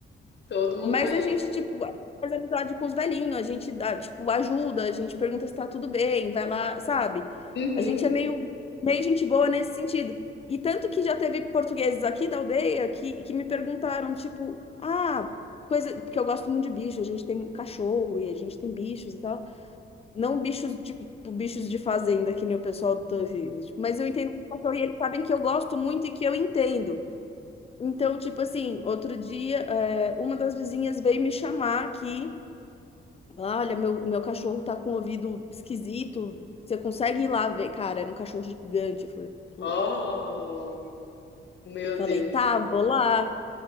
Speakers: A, on the left; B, on the left.
A: Todo mundo
B: Mas
A: conhece.
B: a gente, tipo, faz amizade com os velhinhos, a gente dá, tipo, ajuda, a gente pergunta se tá tudo bem, vai lá, sabe?
A: Uhum.
B: A gente é meio, meio gente boa nesse sentido. E tanto que já teve portugueses aqui da aldeia que, que me perguntaram, tipo, ah, coisa, porque eu gosto muito de bicho, a gente tem cachorro e a gente tem bichos e tal. Não bichos, tipo, bichos de fazenda, que nem o pessoal do Tangerino. Tipo, Mas eu entendo o que eu sou e eles sabem que eu gosto muito e que eu entendo. Então, tipo assim, outro dia, é, uma das vizinhas veio me chamar aqui. Olha, meu, meu cachorro tá com o ouvido esquisito. Você consegue ir lá ver? Cara, era um cachorro gigante. Eu falei, pô.
A: Oh, meu
B: Falei,
A: Deus.
B: tá, vou lá.